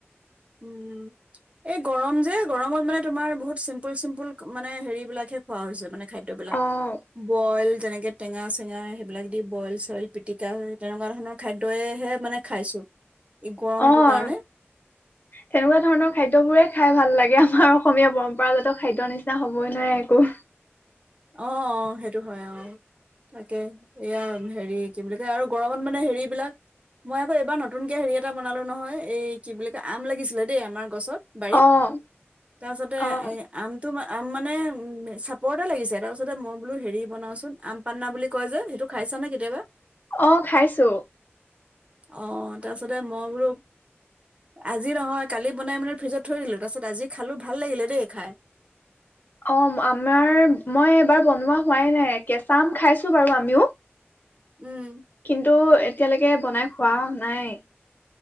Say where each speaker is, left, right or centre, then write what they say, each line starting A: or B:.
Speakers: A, on the right (about 30°); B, on the left (about 45°).
A: উম, এই গৰম যে গৰমত মানে তোমাৰ বহুত চিম্পুল চিম্পুল মানে হেৰি বিলাকহে খোৱা হৈছে মানে খাদ্যবিলাক,
B: অ',
A: বইল যেনেকে টেঙা চেঙা সেইবিলাক দি বইল চইল, পিটিকা তেনেকুৱা ধৰণৰ খাদ্যইহে মানে খাইছোঁ। এই গৰমটোৰ
B: অ',
A: কাৰণে।
B: তেনেকুৱা ধৰণৰ খাদ্যবোৰে খাই ভাল লাগে আমাৰ অসমীয়া পৰম্পৰাগত খাদ্য নিচিনা হ'বই নোৱাৰে একো।
A: অহ, সেইটো হয় অ'। তাকে এইয়া হেৰি কি বুলি কয় আৰু গৰমত মানে হেৰিবিলাক মই আকৌ এবাৰ নতুনকে হেৰি এটা বনালো নহয়, এই কি বুলি কয় আম লাগিছিলে দেই আমাৰ গছত বাৰীত
B: অ',
A: তাৰপিছতে
B: অ',
A: এ আমটো মা আম মানে উম চাপৰটে লাগিছে। তাৰপাছতে মই বোলো হেৰি বনাওচোন আম পান্না বুলি কয় যে সেইটো খাইছো নে কেতিয়াবা?
B: অ' খাইছোঁ।
A: অ', তাৰপিছতে মই বোলো আজি নহয় কালি বনাই মানে ফ্ৰিজত থৈ দিলো তাৰ পিছত আজি খালো ভাল লাগিলে দেই খাই।
B: অ' আমাৰ মই এবাৰ বনোৱা হোৱাই নাই, কেঁচা আম খাইছোঁ বাৰু আমিও।
A: উম
B: কিন্তু এতিয়ালৈ কে বনাই খোৱা নাই।